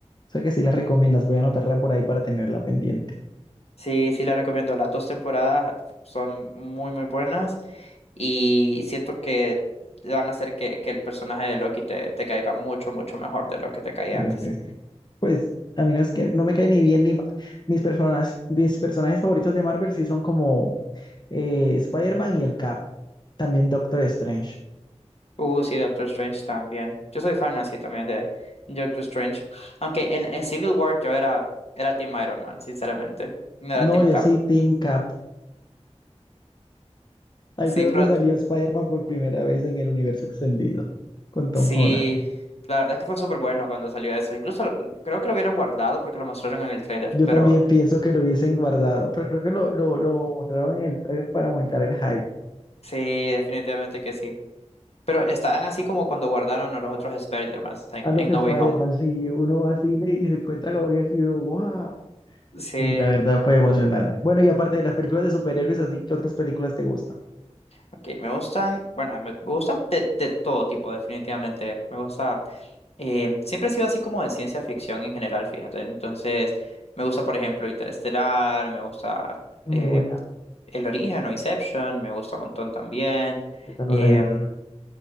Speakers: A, on the left; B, on the left.
A: O sea que sí la recomiendas, voy a anotarla por ahí para tenerla pendiente.
B: Sí, sí la recomiendo. Las dos temporadas son muy, muy buenas y siento que van a hacer que, que el personaje de Loki te, te caiga mucho, mucho mejor de lo que te caía
A: Sí,
B: antes.
A: sí, sí. Pues a mí no es que no me cae ni bien ni mal. Mis personas, mis personajes favoritos de Marvel sí son como eh, Spider-Man y el Cap. También Doctor Strange.
B: Uh, sí, Doctor Strange también. Yo soy fan así también de Doctor Strange. Aunque en, en Civil War yo era, era Team Iron Man, sinceramente. No era
A: No,
B: Team
A: yo
B: Cap.
A: sí, Team Cap. Ahí
B: Sí,
A: fue donde
B: pero
A: salió Spider-Man por primera vez en el universo extendido con Tom
B: sí,
A: Holland.
B: la verdad es que fue súper bueno cuando salió eso. Incluso lo- creo que lo hubieran guardado porque lo mostraron en el tráiler,
A: Yo
B: pero
A: también pienso que lo hubiesen guardado, pero creo que lo, lo, lo mostraron en el trailer para aumentar el hype.
B: sí, definitivamente que sí. Pero están así como cuando guardaron a los otros Spider-Man en,
A: A los
B: en
A: Spider-Man,
B: No Way Home.
A: si uno va al cine y se encuentra con eso y uno, wow.
B: Sí,
A: Sí, la verdad fue emocionante. Bueno, y aparte de las películas de superhéroes, así que otras películas te gustan.
B: ok, me gustan, bueno, me, me gustan de, de todo tipo, definitivamente. Me gusta, eh, siempre he sido así como de ciencia ficción en general, fíjate. Entonces, me gusta, por ejemplo, Interestelar, me gusta
A: Es
B: eh,
A: muy buena.
B: El Origen o Inception, me gusta un montón también.
A: Esa no
B: Em,
A: la he visto.